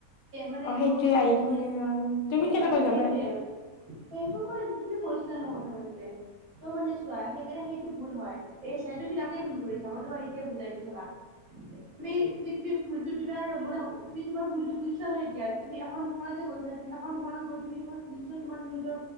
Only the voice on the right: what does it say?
মানে
এইবোৰ
মানে
এ
সেইটোৱে
আৰু সেইটো মই যিখিনি কৈছিলা নো কথা পাতোতে। তই মানে চোৱা সেইকাৰণে সেইটো ভুল হয় এই সেইটো বিলাকতে ভুল কৰিছা মই তোমাক এতিয়া বুজাই দিওঁ চাবা। তুমি তুমি ভুল তুমি মানে, তুমি তোমাৰটো বুজিছা ন' এতিয়া তুমি এখন দোকানতে গৈছা তুমি দোকানত গৈ তুমি ম নিশ্চয় তোমাৰ নিজৰ